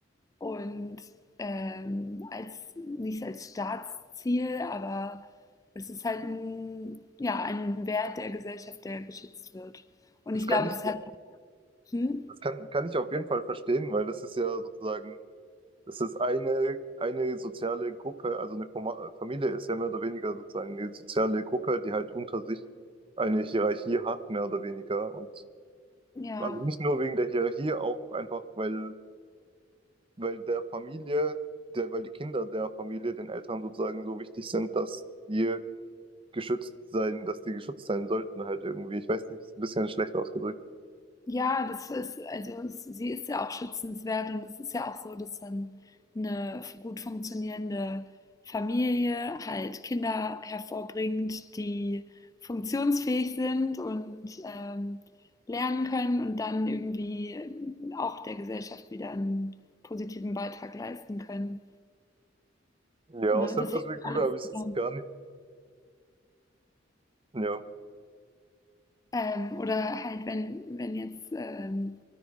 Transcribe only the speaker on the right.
Das
kann
ich,
das kann, kann ich auf jeden Fall verstehen, weil das ist ja sozusagen, das ist eine, eine soziale Gruppe, also eine Fama- Familie ist ja mehr oder weniger sozusagen eine soziale Gruppe, die halt unter sich eine Hierarchie hat, mehr oder weniger. Und
Also nicht nur wegen der Hierarchie, auch einfach, weil, weil der Familie, der, weil die Kinder der Familie den Eltern sozusagen so wichtig sind, dass die geschützt sein, dass die geschützt sein sollten halt irgendwie. Ich weiß nicht, ist ein bisschen schlecht ausgedrückt.
Ja,
aus der
Perspektive
habe ich
es jetzt gar nicht. Ja.